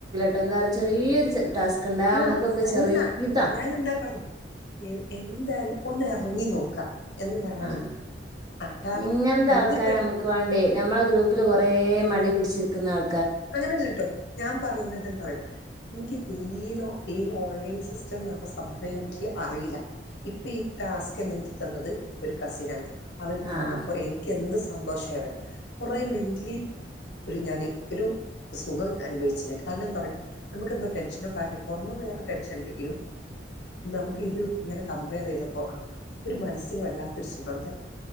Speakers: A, on the right (about 20°); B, on the left (about 65°).
A: ടന്നാര് ചെറിയൊരു ടാസ്ക് ഉണ്ട് നമ്മുക്കൊക്കെ
B: ആഹ് അല്ല
A: ചെറിയതാ
B: ഞാൻ എന്താ പറഞ്ഞു എന്താലും ഒന്ന് ഇറങ്ങി നോക്കാ എന്താണ്
A: ആഹ്
B: ആഹ് കാരണം
A: ഇങ്ങനത്തെ ആൾക്കാരെ
B: ഇതിപ്പോഴി
A: നമ്മുക്ക് വേണ്ടേ നമ്മളെ ഗ്രൂപ്പില് കുറേ മടി പിടിച്ചിരിക്കുന്ന ആൾ
B: അങ്ങനെയല്ല കേട്ടോ ഞാൻ പറയുന്നത് എന്ത പറയാ എനിക്ക് തീര ഈ ഓൺലൈൻ സിസ്റ്റംന്ന്ള്ള സംഭവെ അറിയില്ല ഇപ്പൊ ഈ ടാസ്ക് എനിക്ക് തന്നത് ഒരു കസിനാണ് അവര് തന്നപ്പോ
A: ആഹ്
B: എനിക്ക് എന്ത് സന്തോഷമായിന്നറിയോ കൊറെ മെന്റലി ഒരു ഞാൻ ഒരു സുഖം അനുഭവിച്ചന് കാരണം എന്താ അറിയോ നമുക്ക് എന്തോ ടെൻഷനോ കാര്യോ പുറമെ വേറെ ടെൻഷൻ ഉണ്ടെങ്കിലും നമുക്ക് ഇത് ഇങ്ങനെ കമ്പയർ ചെയ്തപ്പോ ആ ഒരു മനസ്സിന് വല്ലാത്ത ഒരു സുഖം തന്നെ